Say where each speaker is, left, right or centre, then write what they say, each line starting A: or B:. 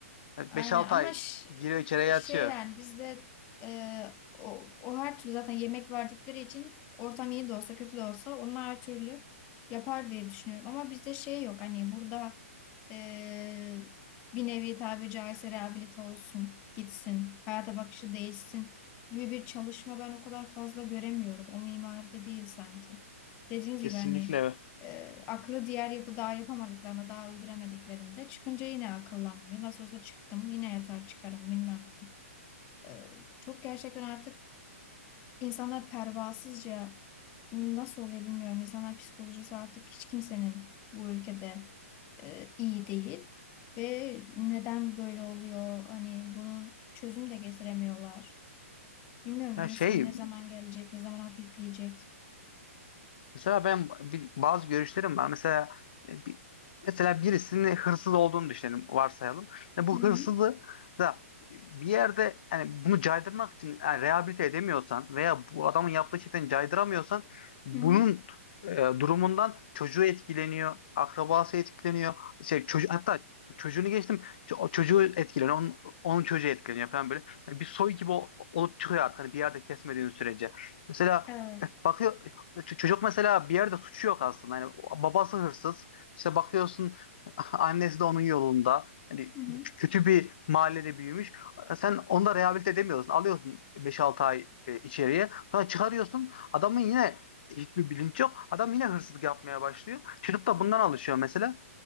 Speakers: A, on the left; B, on the left.
A: Evet
B: Aynen
A: 5-6
B: ama
A: ay
B: ş-
A: giriyor içeriye yatıyor.
B: şey yani bizde e, o, o her türlü zaten yemek verdikleri için ortam iyi de olsa kötü de olsa onlar her türlü yapar diye düşünüyorum. Ama bizde şey yok hani burada e, bir nevi tabi caizse rehabilite olsun, gitsin, hayata bakışı değişsin gibi bir çalışma ben o kadar fazla göremiyorum. O mimaride değil sanki. Dediğiniz
A: Kesinlikle.
B: gibi hani e, aklı diğer yapı daha yapamadıklarında, daha öldüremediklerinde çıkınca yine akıllanmıyor. Nasıl olsa çıktım, yine yatar çıkarım bilmem ne. E, çok gerçekten artık insanlar pervasızca nasıl oluyor bilmiyorum. İnsanlar psikolojisi artık hiç kimsenin bu ülkede e, iyi değil. Ve neden böyle oluyor? Hani bunun çözüm de getiremiyorlar. Bilmiyorum
A: Yani
B: bunun
A: şey
B: sonu ne zaman gelecek, ne zaman hafifleyecek.
A: Mesela ben bir, bazı görüşlerim var. Mesela e, bir, mesela birisinin hırsız olduğunu düşünelim, varsayalım. Yani bu
B: Hı hı.
A: hırsızı da bir yerde yani bunu caydırmak için yani rehabilite edemiyorsan veya bu adamın yaptığı şeyden caydıramıyorsan bunun
B: Hı hı.
A: e, durumundan çocuğu etkileniyor, akrabası etkileniyor. Şey, çocuğu, hatta çocuğunu geçtim ço- o çocuğu etkileniyor, onun, onun çocuğu etkileniyor falan böyle. Yani bir soy gibi o- olup çıkıyor artık hani bir yerde kesmediğin sürece. Mesela
B: Evet.
A: e, bakıyor ç- çocuk mesela bir yerde suçu yok aslında. Hani babası hırsız. İşte bakıyorsun <laughs> annesi de onun yolunda. Hani
B: Hı hı.
A: kötü bir mahallede büyümüş. Sen onu da rehabilite edemiyorsun. Alıyorsun beş altı ay e, içeriye. Sonra çıkarıyorsun. Adamın yine hiçbir bilinç yok. Adam yine hırsızlık yapmaya başlıyor. Çocuk da bundan alışıyor mesela.